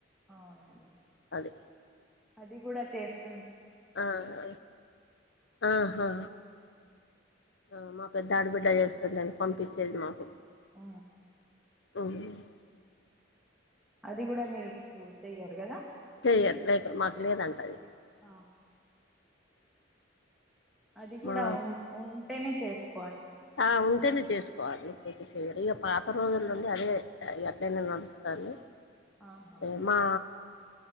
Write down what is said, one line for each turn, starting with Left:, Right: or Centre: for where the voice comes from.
Centre: అవునండి
Left: అది
Centre: అది కూడా చేస్త
Left: ఆహా ఆహా ఆ మా పెద్ద ఆడబిడ్డ చేస్తుండేవి పంపించేది మాకు
Centre: ఆ
Left: <inaudible>
Centre: అది కూడా మీరు పూ చేయ్యరు కదా
Left: చెయ్యదు లైదు మాకు లేదంటది
Centre: ఆహ అది కూడా
Left: మా
Centre: ఉ ఉంటేనే చేస్త
Left: ఆ ఉంటేనే చేసుకోవాలి లేకపోతే ఇక పాత రోజుల నుండి అదే ఎట్లయినా నడుస్తాను <unintelligible>
Centre: ఆహా
Left: మా